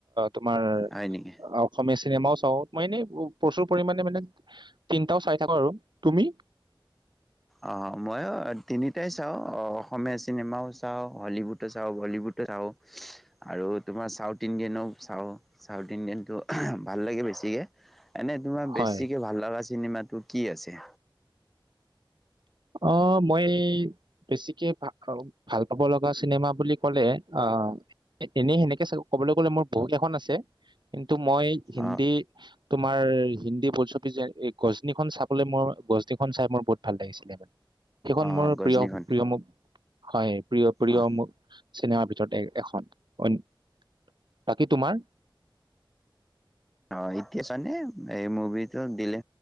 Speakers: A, on the right; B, in the centre.
A: তোমাৰ,
B: হয় নেকি?
A: অসমীয়া চিনেমাও চ তও, মই এনে প্ৰচুৰ পৰিমণে মানে তিনটাও চাই থাকো আৰু, তুমি?।
B: অ', ময়ো তিনিটাই চাওঁ অসমীয়া চিনেমাও চাওঁ, হলীউডো চাওঁ, বলীউডো চাওঁ আৰু তোমাৰ চাউথ ইণ্ডিয়ানো চাওঁ চাউথ ইণ্ডিয়ানটো ভাল লাগে বেছিকে। এনেই তোমাৰ বেছিকে
A: হয়
B: ভাল লগা চিনেমাটো কি আছে?।
A: অ', মই বেছিকে ভা-ভাল পাব লগা চিনেমা বুলি ক'লে অ, এনেই সেনেকে ক'বলৈ গলে মোৰ বহুত কেইখন আছে। কিন্ তো মই হিন্দী।
B: অ',
A: তো আমাৰ হিন্দী বোলছবি যে, এই গজননিখন চাবলৈ মোৰ গজননিখন চাই মোৰ বহুত ভাল লাগিছিলে। সেইখন
B: অ',
A: মোৰ
B: গজনীখন।
A: প্ৰিয়-প্ৰিয় মোক হয়। প্ৰিয়-প্ৰিয়,
B: অ
A: মো চিনেমাৰ ভিতৰত এ-এখন, অইন-বাকী তোমাৰ?।
B: অ', এতিয়া <unintelligible> এই মুভিটো দিলে,